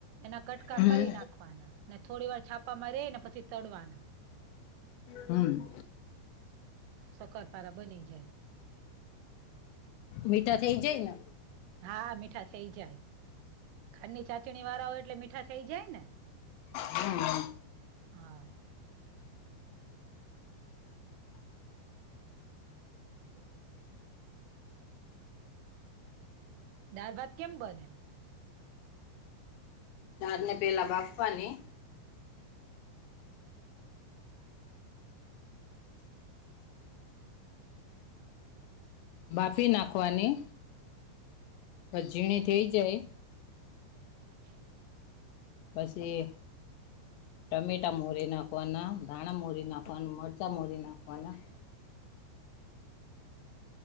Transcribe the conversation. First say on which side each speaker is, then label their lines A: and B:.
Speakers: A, on the right; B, on the left.
A: એના કટકા
B: હમ
A: કરી નાખવાના ને થોડી વાર છાપામાં રહી ને પછી તડવાના
B: હમ
A: સકરપારા બની જાય
B: મીઠા થઇ જાય ને
A: હા, મીઠા થઇ જાય ખાંડની ચાસણી વાળા હોય એટલે મીઠા થઈ જાય ને,
B: હમ
A: હા હમ દારભાત કેમ બને
B: દાર ને પેલા બાફવાની બાફી નાખવાની પઝીણી થઈ જાય
A: <unintelligible>
B: પછી ટમેટા મોરી નાખવાના, ધાણા મોરી નાખવાના, મરચા મોરી નાખવાના
A: હા